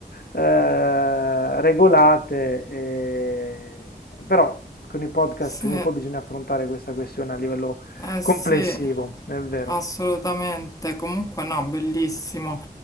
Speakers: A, on the left; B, on the left.
A: eh, regolate. e- Però con i podcast
B: Sì,
A: prima o poi bisogna affrontare questa questione a livello
B: eh sì.
A: complessivo, è vero.
B: Assolutamente, comunque no, bellissimo,